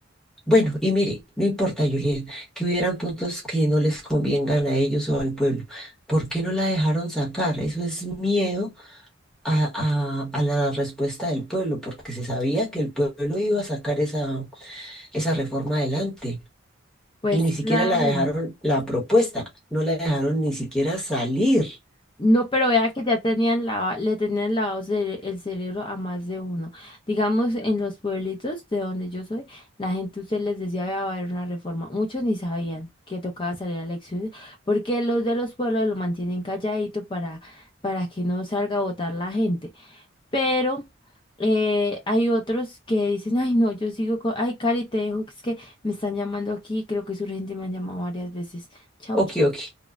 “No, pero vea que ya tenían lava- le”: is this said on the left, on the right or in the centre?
Left